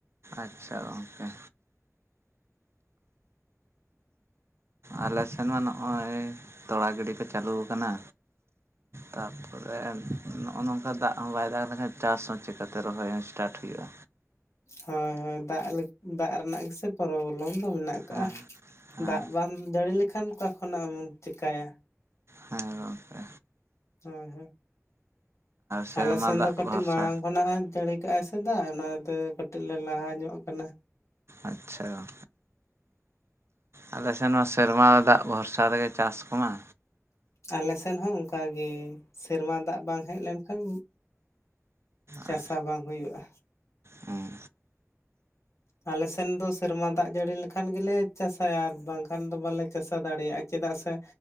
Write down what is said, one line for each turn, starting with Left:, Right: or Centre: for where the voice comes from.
Right: ᱟᱪᱪᱷᱟ ᱜᱚᱢᱠᱮ ᱟᱞᱮ ᱥᱮᱫ ᱢᱟ ᱱᱚᱜᱼᱚᱭ ᱛᱚᱞᱟ ᱜᱤᱰᱤ ᱠᱚ ᱪᱟᱹᱞᱩ ᱠᱟᱱᱟ ᱛᱟᱯᱚᱨᱮ ᱱᱚᱜᱼᱚ ᱱᱚᱝᱠᱟ ᱫᱟᱜ ᱦᱚᱸ ᱵᱟᱭ ᱫᱟᱜ ᱞᱮᱠᱷᱟᱱ ᱪᱟᱥ ᱦᱚᱸ ᱪᱤᱠᱟ ᱠᱟᱛᱮ ᱨᱚᱦᱚᱭ ᱦᱚ. ᱥᱴᱟᱴ ᱦᱩᱭᱩᱜᱼᱟ
Left: ᱦᱳᱭ ᱦᱳᱭ ᱫᱟᱜ ᱫᱟᱜ ᱨᱮᱱᱟᱜ ᱜᱮᱥᱮ ᱯᱨᱚᱵᱽᱞᱮᱢ ᱫᱚ ᱢᱮᱱᱟᱜ ᱠᱟᱜᱼᱟ
Right: ᱦᱮᱸ ᱦᱮᱸ
Left: ᱫᱟᱜ ᱵᱟᱝ ᱡᱟᱹᱲᱤ ᱞᱮᱠᱷᱟᱱ ᱚᱠᱟ ᱠᱷᱚᱱᱟᱜ ᱮᱢ ᱪᱤᱠᱟᱹᱭᱟ?
Right: ᱦᱮᱸ ᱜᱚᱝᱠᱮ
Left: ᱦᱮᱸ ᱦᱮᱸ
Right: ᱥᱮᱨᱢᱟ
Left: ᱟᱞᱮ ᱥᱮᱱ
Right: ᱫᱟᱜ
Left: ᱫᱚ ᱠᱟᱹᱴᱤᱡ
Right: ᱵᱷᱚᱨᱥᱟ
Left: ᱢᱟᱲᱟᱝ ᱠᱷᱚᱱᱟᱜ ᱡᱟᱹᱲᱤ <inaudible> ᱥᱮᱫᱟᱜ ᱚᱱᱟᱛᱮ ᱠᱟᱹᱴᱤᱡ ᱞᱮ ᱞᱟᱦᱟ ᱧᱚᱜ ᱟᱠᱟᱱᱟ
Right: ᱟᱪᱪᱷᱟ ᱟᱞᱮ ᱥᱮᱱ ᱱᱚᱣᱟ ᱥᱮᱨᱢᱟ ᱨᱮ ᱫᱟᱜ ᱵᱷᱚᱨᱥᱟ ᱨᱮᱜᱮ ᱪᱟᱥ ᱠᱚᱢᱟ
Left: ᱟᱞᱮ ᱥᱮᱫ ᱦᱚᱸ ᱚᱱᱠᱟᱜᱮ ᱥᱮᱨᱢᱟ ᱫᱟᱜ ᱵᱟᱝ ᱦᱮᱡ ᱞᱮᱱᱠᱷᱟᱱ ᱪᱟᱥᱟ
Right: ᱟᱨ
Left: ᱵᱟᱝ ᱦᱩᱭᱩᱜᱼᱟ
Right: ᱦᱮᱸ
Left: ᱟᱞᱮ ᱥᱮᱱ ᱫᱚ ᱥᱮᱨᱢᱟ ᱫᱟᱜ ᱡᱟᱹᱲᱤ ᱞᱮᱠᱷᱟᱱ ᱜᱮᱞᱮ ᱪᱟᱥᱟᱭᱟ ᱟᱨ ᱵᱟᱝᱠᱷᱟᱱ ᱫᱚ ᱵᱟᱞᱮ ᱪᱟᱥᱟ ᱫᱟᱲᱮᱭᱟᱜᱼᱟ ᱪᱮᱫᱟᱜ ᱥᱮ